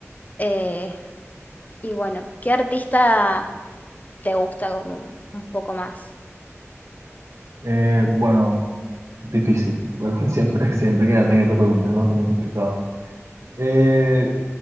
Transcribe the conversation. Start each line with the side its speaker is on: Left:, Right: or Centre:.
Left: Eh, y bueno, ¿qué artista te gusta como un poco más?
Right: Eh, bueno, difícil, pero <laughs> siempre, siempre que hacen esa pregunta es bastante complicado. Eh,